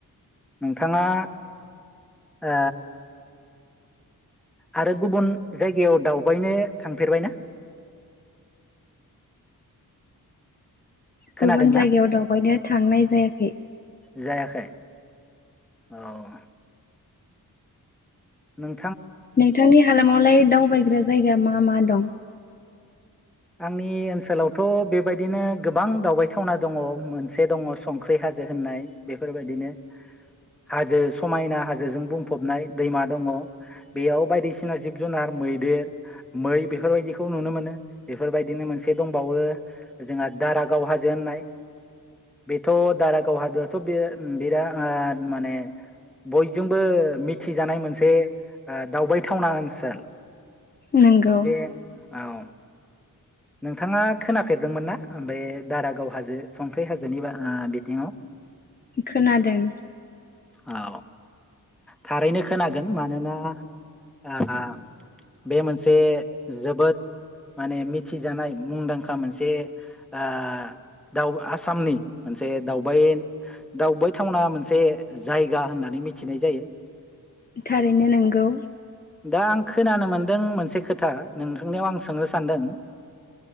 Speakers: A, in the centre; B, on the left.
A: नोंथाङा ओ आरो गुबुन जायगायाव दावबायनो थांफेरबायना?
B: गुबुन
A: खोनादोंना
B: जायगायाव दावबायनो थांनाय जायाखै
A: जायाखै औ नों
B: नोंथांनि हालामावलाय दावबायग्रा जायगा मा मा दं?
A: आंनि ओनसोलावथ बेबायदिनो गोबां दावबायथावना दङ मोनसे दङ संख्रि हाजो होननाय बेफोरबायदिनो हाजो समायना हाजोजों बुंफबनाय दैमा दङ बेयाव बायदिसिना जिब जुनार मैदेर मै बेफोरबायदिखौ नुनो मोनो बेफोरबायदिनो मोनसे दंबावो जोंहा दारागाव हाजो होननाय बेथ' दारागाव हाजोआथ बे ओ बिराद माने बयजोंबो मिथिजानाय मोनसे ओ दावबायथावना ओनसोल
B: नोंगौ
A: बे औ नोंथाङा खोनाफेरदोंमोन ना बे दारागाव हाजो संख्रि हाजोनि ओ बिथिङाव?
B: खोनादों
A: औ थारैनो खोनागोन मानोना ओ बे मोनसे जोबोद माने मि मिथि जानाय मुंदांखा मोनसे ओ दाव आसामनि मोनसे दावबाय दावबायथावना मोनसे जायगा होननानै मिथिनाय जायो
B: थारैनो नंगौ
A: दा आं खोनानो मोन्दों मोनसे खोथा नोंथांनियाव आं सोंनो सानदों